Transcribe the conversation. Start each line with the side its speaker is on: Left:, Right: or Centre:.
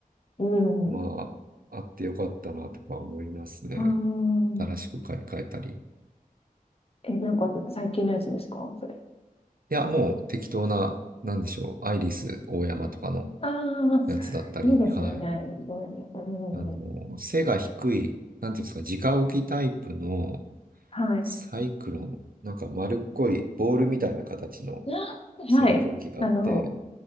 Left: うん。
Right: まあ、あってよかったなとか思いますね。
Left: あー
Right: 新しく買い替えたり。い
Left: え、なんか最近のやつですかそれ。
Right: や、もう適当な、なんでしょう、アイリス大山とかの
Left: ああ、
Right: やつだったり、
Left: いいですよね。
Right: はい。
Left: あれねそうよね。うん。
Right: あの、背が低い、なんていうんですか、直置きタイプの
Left: はい。
Right: サイクロン、なんか丸っこいボールみたいな形の
Left: あはい。
Right: 扇風機があって、
Left: あの、